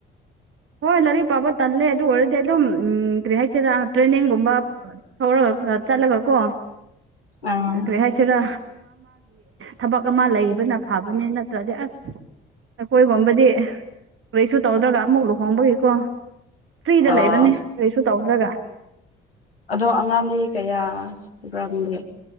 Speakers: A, on the right; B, on the left.
A: ꯍꯣꯏ ꯂꯥꯏꯔꯤꯛ ꯄꯥꯕ ꯇꯜꯂꯦ ꯑꯗꯨ ꯑꯣꯏꯔꯗꯤ ꯑꯗꯨꯝꯝ ꯀꯔꯤ ꯍꯥꯏꯁꯤꯦꯔꯥ ꯇ꯭ꯔꯦꯟꯅꯤꯡꯒꯨꯝꯕ ꯊꯧꯔꯒ ꯆꯠꯂꯒ ꯀꯣ
B: ꯑꯥ
A: ꯀ ꯍꯥꯏꯁꯤꯔ ꯊꯕꯛ ꯑꯃ ꯂꯩꯕꯅ ꯐꯕꯅꯤ ꯅꯠꯇ꯭ꯔꯗꯤ ꯑꯁ ꯑꯩꯈꯣꯏꯒꯨꯝꯕꯗꯤ ꯀꯩꯁꯨ ꯇꯧꯗ꯭ꯔꯒ ꯑꯃꯨꯛ ꯂꯨꯍꯣꯡꯕꯒꯤꯀꯣ ꯐ꯭ꯔꯤꯗ
B: ꯑꯣ
A: ꯂꯩꯕꯅꯤ ꯀꯔꯤꯁꯨ ꯇꯧꯅꯤ ꯂꯒ
B: ꯑꯗꯣ ꯑꯉꯥꯡꯗꯤ ꯀꯌꯥ ꯂꯩꯕ꯭ꯔꯥꯝꯒꯦ